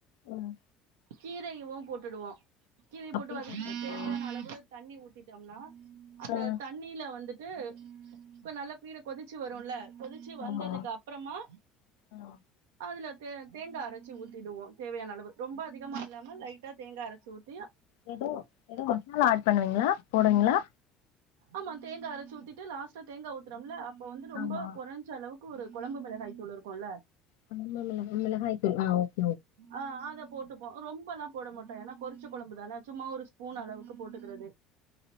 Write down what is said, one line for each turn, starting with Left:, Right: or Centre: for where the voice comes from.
Left: ம்
Right: கீரையவு போட்டுடுவோ கீரைய போட்டு
Left: அப்டியே
Right: வதக்கிட்டு
Left: போட்ருவீங்களா?
Right: தேவையான அளவு தண்ணி ஊத் திட்டோம்னா அந்த
Left: ஆ
Right: தண்ணீல வந்து ட்டு இப்ப நல்லா கீர கொதிச்சு வருல்ல கொதிச்சு வந்ததுக்கு
Left: ஆமா.
Right: அப்றமா
Left: ஆ
Right: அதுல தே தேங்கா அரச் சு ஊத்திடுவோ தேவையான அளவு ரொம்ப அதிகமா இல்லாம லைட்டா தேங்கா அரச்சு ஊத்
Left: ஏதோ ஏதோ மசாலா ஆட் பண்ணுவீங்களா போடுவீங்களா
Right: ஆமா தேங்கா அரச்சு ஊத்திட்டு லாஸ்டா தேங்கா ஊத்துறோல்ல அ ப்போ வந்து ரொம்போ
Left: ஆமா
Right: கொறைஞ்ச அளவு க்கு ஒரு கொழம்பு மிளகாய்த்தூள் இருக்குல்ல
Left: கொழம்பு மிள மிளகாய்த்தூள் ஆ ஓ
Right: ஆ அத போட்டுப்போ அ ரொம்பல்லா போட மாட்டோ ஏன்னா கொதிச்ச கொழம்புதான சும்மா ஒரு ஸ்பூன் அளவுக்கு போட்டுக்குறது